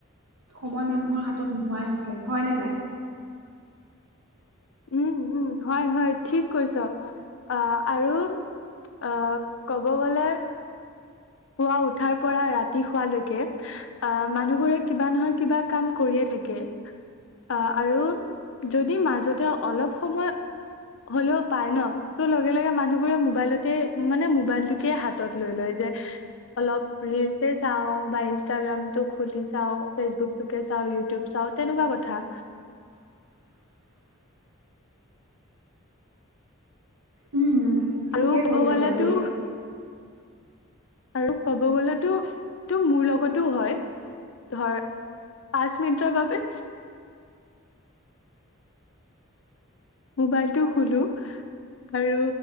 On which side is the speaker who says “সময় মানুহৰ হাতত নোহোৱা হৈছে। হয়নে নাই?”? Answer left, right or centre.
Right